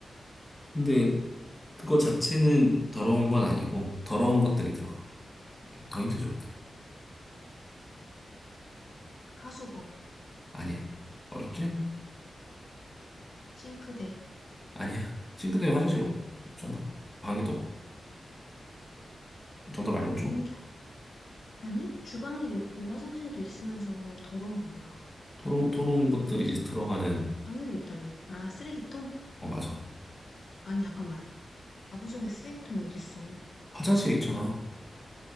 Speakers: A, on the left (about 15°); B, on the left (about 65°).
A: 근데 그거 자체는 더러운 건 아니고, 더러운 것들이 들어가. 더인트 좋다.
B: 하수구,
A: 아니야. 어렵지?
B: 싱크대,
A: 아니야. 싱크대 화장실 없- 없잖아. 방에도 없- 정답 알려줘.
B: 변기, 아니, 주방에도 있고 화장실에도 있으면서 더러운 게 뭐야?
A: 더러운, 더러운 것들이 이제 들어가는,
B: 방에도 있다며. 아, 쓰레기통?
A: 어, 맞아.
B: 아니, 잠깐만. 가구점에 쓰레기통이 어딨어. 어?
A: 화장실 있잖아.